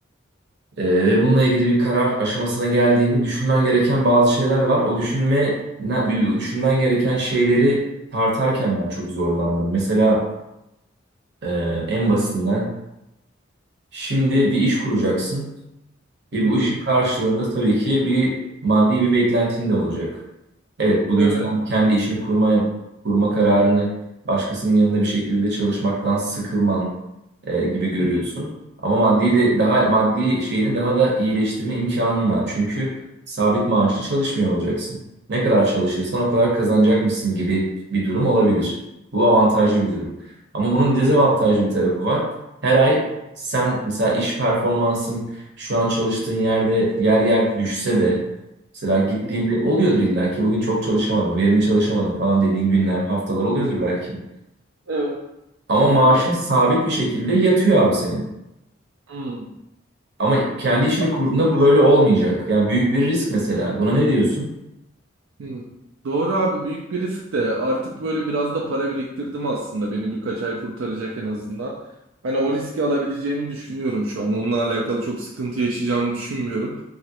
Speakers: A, on the right; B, on the right.
A: e, ve bununla ilgili bir karar aşamasına geldiğini düşünmen gereken bazı şeyler var. O düşünme ne- düşünmen gereken şeyleri tartarken ben çok zorlandım. Mesela e, en basitinden Şimdi bir iş kuracaksın ve
B: Hı
A: bu
B: hı.
A: işin karşılığında tabii ki bir maddi bir beklentin de olacak. Evet, bugün
B: Evet.
A: sen kendi işini kurma kurma kararını başkasının yanında bir şekilde çalışmaktan sıkılman e, gibi
B: Hı
A: görüyorsun.
B: hı.
A: Ama maddi de daha maddi şeyini daha da iyileştirme imkanın var. Çünkü sabit maaşlı çalışmıyor olacaksın. Ne kadar çalışırsan o kadar kazanacakmışsın gibi bir durum olabilir. Bu avantajlı bir durum. Ama bunun dezavantajlı
B: Hı
A: bir tarafı var. Her ay sen mesela iş performansın şu an çalıştığın yerde yer yer düşse de mesela gittiğinde
B: hı.
A: oluyordur illa ki bugün çok çalışamadım, verimli çalışamadım falan dediğin günler, haftalar oluyordur belki.
B: Evet.
A: Ama maaşın
B: Oluyor.
A: sabit bir şekilde yatıyor abi senin.
B: Hmm.
A: Ama kendi
B: Bak,
A: işini kurduğunda
B: şimdi
A: bu
B: düşünün.
A: böyle olmayacak. Yani büyük bir risk mesela. Buna ne diyorsun?
B: Hmm. Doğru abi büyük bir risk de artık böyle biraz da para biriktirdim aslında beni birkaç ay kurtaracak en azından. Hani o riski alabileceğimi düşünüyorum şu an. Onunla alakalı çok sıkıntı yaşayacağımı düşünmüyorum.